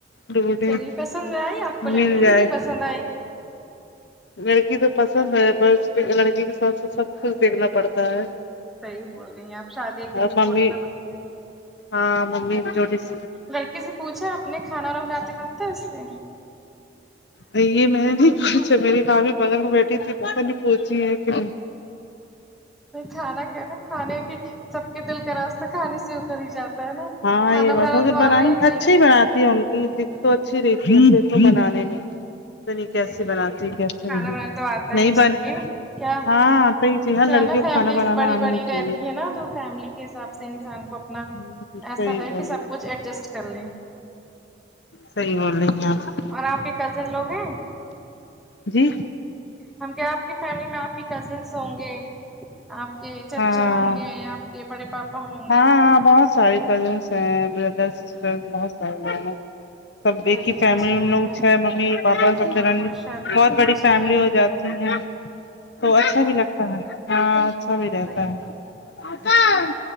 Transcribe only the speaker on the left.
ڈھونڈے
مل
جائے
لڑکی تو پسند ہے ب لڑکی کے ساتھ ساتھ سب کچھ دیکھنا پڑتا ہے
اور
ممی
ہاں ممی جوٹیس
یہ میں نے نہیں پوچھا میری بھابھی بغل میں بیٹھی تھی وہ پوچھی ہے کہ
ہاں
یہ
بات ہوگ
بنا
اچھا ہی بناتا ہ گی دکھ تو اچھی رہتی ہے دھ کو بنانے میں دنی کیسے
بناتی
کیسے
نہیں
نہیں
بنے
ہاں ہی چاہیے ہر
لڑکی
کو کھانا بنانا
آنا
ہی
چاہیے
ہ صحیح
بول
رہی
صحیح بول رہی ہیں آپ
جی
ہاں
ہاں ہاں بہت ساری کزنس ہیں بردر سسٹر بہت سارے لوگ ہیں سب دیکھی
فیملی
ہم لوگھ ہے ممی پاپا سب
د
بہت بڑی
فیملی ہو جاتی
ج تو اچھا بھی لگتا ہے ہاں اچھا بھی رہتا
ہے